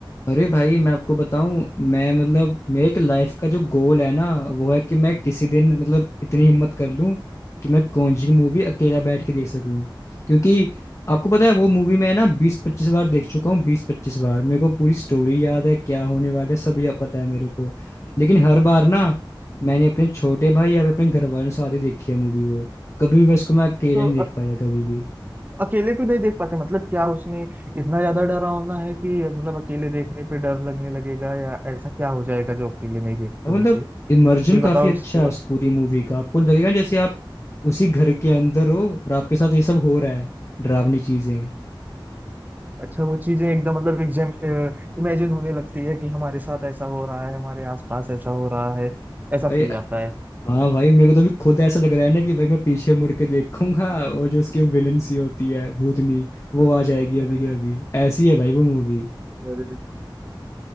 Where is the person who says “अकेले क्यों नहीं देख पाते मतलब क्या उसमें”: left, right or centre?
Right